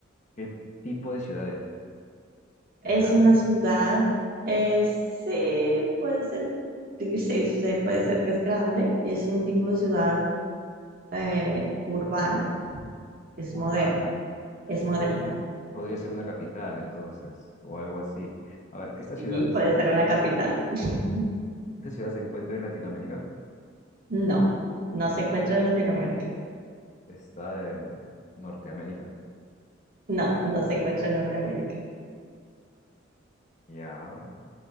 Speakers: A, on the left (about 40°); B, on the right (about 50°).
A: ¿Qué tipo de ciudad es?
B: Es
A: ¿Es grande?
B: una ciudad, eh, sí, puede ser, sí, sí, sí, puede ser que es grande. Es un tipo de ciudad eh, urbana, es
A: ¿Urbana?
B: moderna, es moderna.
A: Pod- podría ser una capital, entonces, o algo así. A ver, ¿esta
B: Sí,
A: ciudad, se-
B: puede ser una capital. <laughs>
A: esta ciudad se encuentra en Latinoamérica?
B: No, no se encuentra en Latinoamérica.
A: ¿Está en Norteamérica?
B: No, no se encuentra en Norteamérica.
A: Ya.